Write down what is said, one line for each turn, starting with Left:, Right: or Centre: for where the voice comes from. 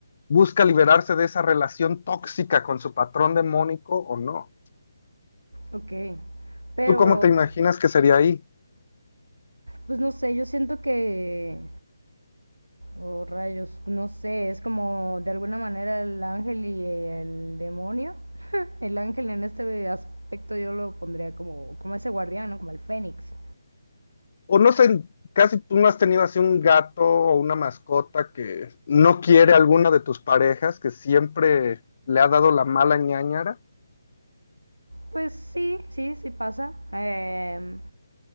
Left: busca liberarse de esa relación tóxica con su patrón demónico o no.
Right: Ok, pero
Left: ¿Tú cómo te imaginas que sería ahí?
Right: pues no sé, yo siento que, oh rayos, no sé, es como de alguna manera el ángel y el demonio. <laughs> El ángel en este aspecto yo lo pondría como, como ese guardián, ¿no? Como el fénix.
Left: O no sé, casi tú no has tenido así un gato o una mascota que no quiere alguna de tus parejas, que siempre le ha dado la mala ñáñara.
Right: Pues sí, sí, sí pasa. Em,